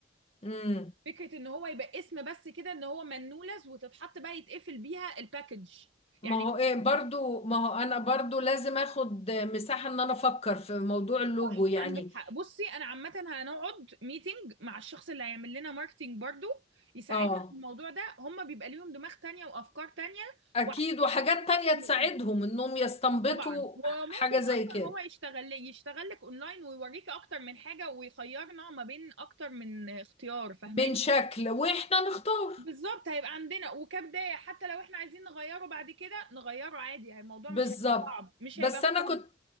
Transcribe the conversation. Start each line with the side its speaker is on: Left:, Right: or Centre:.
Left: امم
Right: فكرة ان هو يبقى اسم بس كده ان هو منولز وتتحط بقى يتقفل بيها الباكج
Left: ما
Right: يعني
Left: هو ايه برضو ما هو انا برضو لازم اخد مساحة ان انا افكر في موضوع اللوجو
Right: صح
Left: يعني
Right: عندك حق بصي انا عامه هنقعد ميتنج مع الشخص اللي هيعمل لنا ماركتينج برضو يساعدنا
Left: اه
Right: في الموضوع ده هم بيبقى ليهم دماغ تانية وافكار تانية
Left: اكيد
Right: وعارفين
Left: وحاجات
Right: وصل
Left: تانية تساعدهم
Right: لايه
Left: انهم يستنبطوا
Right: طبعا وممكن
Left: حاجة زي
Right: اصلا
Left: كده
Right: هو يشتغل لي يشتغل لك اونلاين ويوريك اكتر من حاجه ويخيرنا ما بين اكتر من اختيار فاهماني
Left: من شكل واحنا نختار
Right: بالظبط هيبقى عندنا وكبدايه حتى لو احنا عايزين نغيره بعد كده نغيره عادي يعني الموضوع
Left: بالظبط
Right: مش هيبقى صعب مش
Left: بس
Right: هيبقى
Left: انا
Right: مكلف
Left: كنت